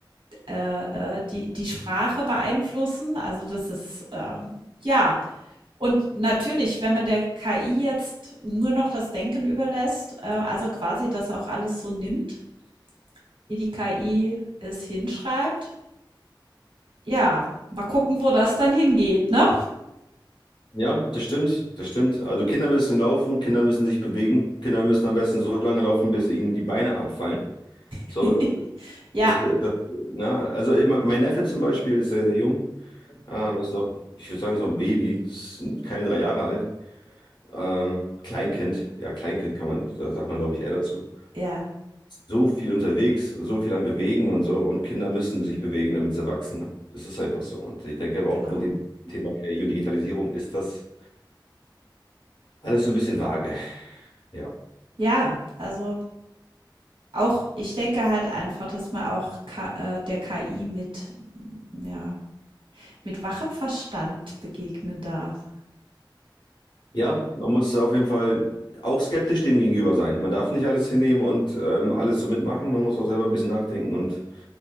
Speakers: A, on the right; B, on the left.
A: äh, äh, die, die Sprache beeinflussen. Also das ist, äh, ja. Und natürlich, wenn man der KI jetzt nur noch das Denken überlässt, äh, also quasi das auch alles so nimmt, wie die KI es hinschreibt, ja, mal gucken, wo das dann hingeht, ne?
B: Ja, das stimmt, das stimmt. Also Kinder müssen laufen, Kinder müssen sich bewegen, Kinder müssen am besten so lange laufen, bis ihnen die Beine abfallen. So,
A: <laughs>
B: das,
A: Ja,
B: das, na, also eben mein Neffe zum Beispiel ist sehr, sehr jung. Ähm, ist doch, ich würde sagen, so ein Baby, ist keine drei Jahre alt. Ähm, Kleinkind, ja, Kleinkind kann man, da sagt man, glaube ich, eher dazu.
A: ja,
B: so viel unterwegs, so viel am Bewegen und so. Und Kinder müssen sich bewegen, damit sie wachsen. ne? Es ist einfach so. Und ich denke aber
A: genau.
B: auch mit dem Thema KI und Digitalisierung ist das alles so ein bisschen vage. Ja.
A: Ja, also auch, ich denke halt einfach, dass man auch Ka äh, der KI mit, ja, mit wachem Verstand begegnen darf.
B: Ja, man muss auf jeden Fall auch skeptisch dem gegenüber sein. Man darf nicht alles hinnehmen und ähm, alles so mitmachen. Man muss auch selber ein bisschen nachdenken und